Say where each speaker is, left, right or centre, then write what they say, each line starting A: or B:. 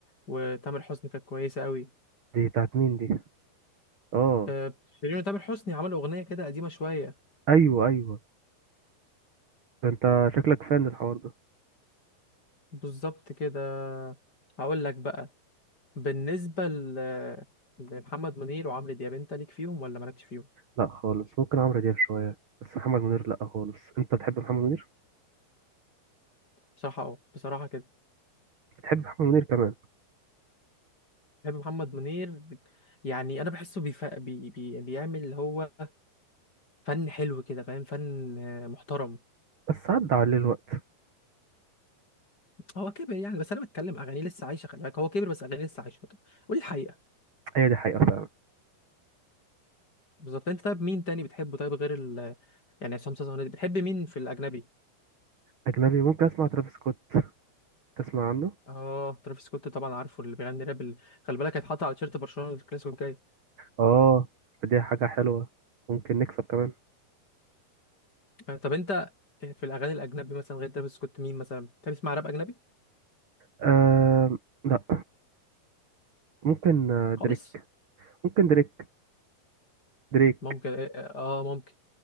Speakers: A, on the left; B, on the right.
A: وتامر حسني كانت كويسه قوي
B: دي بتاعت مين دي اه
A: آه، شيرين وتامر حسني عملوا اغنيه كده قديمه شويه
B: ايوه ايوه ده انت شكلك فان الحوار ده
A: بالظبط كده هقول لك بقى بالنسبه ل... لمحمد منير وعمرو دياب انت ليك فيهم ولا مالكش فيهم
B: لا خالص ممكن عمرو دياب شويه بس محمد منير لا خالص انت بتحب محمد منير
A: بصراحه اه بصراحه كده
B: بتحب محمد منير كمان
A: بحب محمد منير يعني انا بحسه بيف... بي... بي... بيعمل اللي هو فن حلو كده فاهم فن آه، محترم
B: بس عدى عليه الوقت
A: هو كبر يعني بس انا بتكلم اغانيه لسه عايشه خلي بالك هو كبر بس اغانيه لسه عايشه قول الحقيقه
B: هي دي حقيقه فعلا
A: بالظبط انت طيب مين تاني بتحبه طيب غير ال... يعني عصام صاصا والناس دي؟ بتحب مين في الاجنبي
B: اجنبي ممكن اسمع ترافيس سكوت تسمع عنه
A: اه ترافيس سكوت طبعا عارفه اللي بيغني راب ال- خلي بالك هيتحط على تيشيرت برشلونه الكلاسيكو الجاي
B: اه فدي حاجه حلوه ممكن نكسب كمان
A: آه، طب انت في الاغاني الاجنبي مثلا غير ترافيس سكوت مين مثلا بتحب تسمع راب اجنبي
B: آه لا ممكن آه،
A: خالص
B: دريك ممكن دريك دريك
A: ممكن اه آه، آه، ممكن